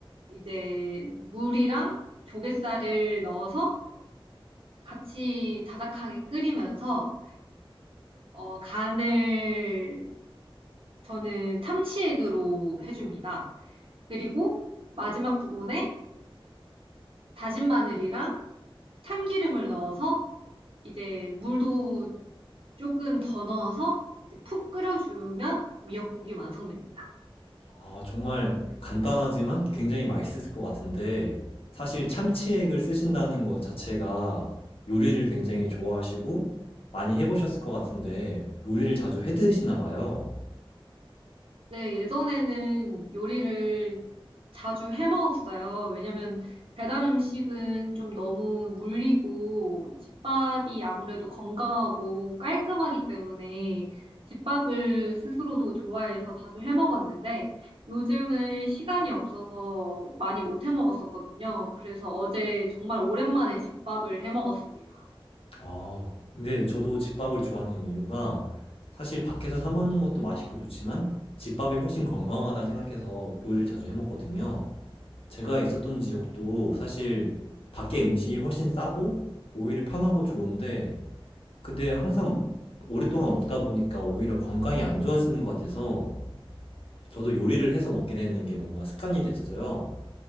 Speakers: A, on the right (about 70°); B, on the left (about 75°).
A: 이제 물이랑 조갯살을 넣어서 같이 자작하게 끓이면서 어, 간을 저는 참치액으로 해줍니다. 그리고 마지막 부분에 다진 마늘이랑 참기름을 넣어서 이제 물도 조금 더 넣어서 이제 푹 끓여주면 미역국이 완성됩니다.
B: 아, 정말 간단하지만 굉장히 맛있을 것 같은데, 사실 참치액을 쓰신다는 것 자체가 요리를 굉장히 좋아하시고 많이 해보셨을 것 같은데, 요리를 자주 해 드시나 봐요.
A: 네, 예전에는 요리를 자주 해 먹었어요. 왜냐면 배달 음식은 좀 너무 물리고 집밥이 아무래도 건강하고 깔끔하기 때문에 집밥을 스스로도 좋아해서 자주 해 먹었는데 요즘은 시간이 없어서 많이 못 해 먹었었거든요. 그래서 어제 정말 오랜만에 집밥을 해 먹었습니다.
B: 아, 근데 저도 집밥을 좋아하는 이유가 사실 밖에서 사 먹는 것도 맛있고 좋지만 집밥이 훨씬 건강하다 생각해서 요리를 자주 해 먹거든요. 제가 있었던 지역도 사실 밖에 음식이 훨씬 싸고 오히려 편하고 좋은데, 근데 항상 오랫동안 먹다 보니까 오히려 건강이 안 좋아지는 것 같아서 저도 요리를 해서 먹게 되는 게 뭔가 습관이 됐어요.